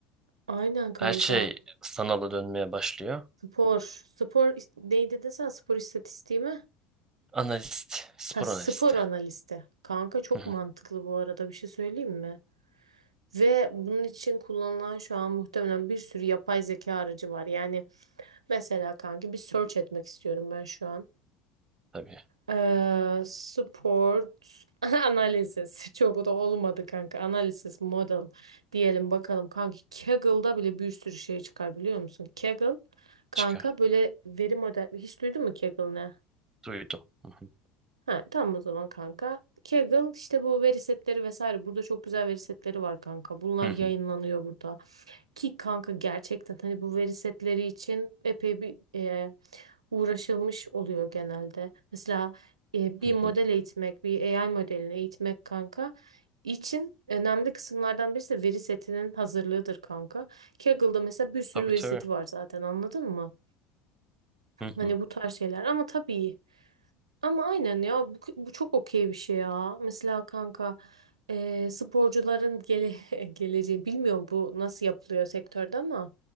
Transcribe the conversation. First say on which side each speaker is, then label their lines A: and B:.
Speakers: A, on the right; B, on the right.
A: Aynen kanka.
B: her şey sanala dönmeye başlıyor.
A: Spor. Spor is- neydi desen spor istatistiği mi?
B: Analist, spor
A: Ha spor
B: analisti.
A: analisti. Kanka çok
B: Hı hı,
A: mantıklı bu arada bir şey söyleyeyim mi? Ve bunun için kullanılan şu an muhtemelen bir sürü yapay zeka aracı var. Yani mesela kanki bir search etmek istiyorum ben şu an.
B: Tabii
A: Ee, sport <laughs> analizis. Çok da olmadı kanka. Analizis model diyelim bakalım. Kanki Kaggle'da bile bir sürü şey çıkar biliyor musun? Kaggle kanka
B: çıkar.
A: böyle veri model. Hiç duydun mu Kaggle ne?
B: Duydum. Hı hı,
A: Ha, tamam o zaman kanka. Kaggle işte bu veri setleri vesaire. Burada çok güzel veri setleri var kanka. Bunlar
B: hı
A: yayınlanıyor
B: hı,
A: burada. Ki kanka gerçekten hani bu veri setleri için epey bir e, uğraşılmış oluyor genelde. Mesela e, bir
B: hı
A: model
B: hı.
A: eğitmek, bir AI modelini eğitmek kanka için önemli kısımlardan birisi de veri setinin hazırlığıdır kanka. Kaggle'da mesela bir sürü
B: Tabii
A: veri
B: tabii.
A: seti var zaten anladın mı?
B: Hı
A: Hani
B: hı.
A: bu tarz şeyler ama tabii ama aynen ya bu, bu çok okey bir şey ya. Mesela kanka e, sporcuların gele, <laughs> geleceği bilmiyorum bu nasıl yapılıyor sektörde ama